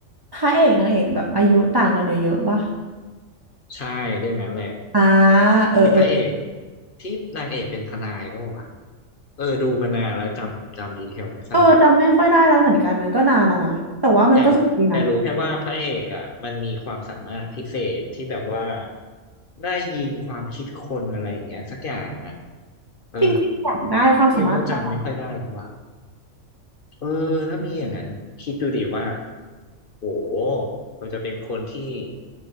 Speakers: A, on the right; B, on the left.
A: พระเอกนางเอกแบบอายุต่างกันเยอะๆป่ะ
B: ใช่เรื่องนั้นแหละ
A: อ่าเออเออ
B: ที่พระเอกที่นางเอกเป็นทนายก็วะเออดูมานานแล้วจำจำดีเทลไม่ค่อยได้แล้วกัน
A: เออจำไม่ค่อยได้แล้วเหมือนกันมันก็นานแล้วนะแต่ว่ามันก็สนุกดีนะ
B: แต่แต่รู้แค่ว่าพระเอกอ่ะมันมีความสามารถพิเศษที่แบบว่าได้ยินความคิดคนอะไรอย่างเงี้ยสักอย่างอ่ะเออ
A: จริงๆอยากได้ความสามารถเขาเนาะ
B: เยี่ยมก็จำไม่ค่อยได้แล้วว่ะเออถ้ามีอย่างนั้นคิดดูดิว่าโหเราจะเป็นคนที่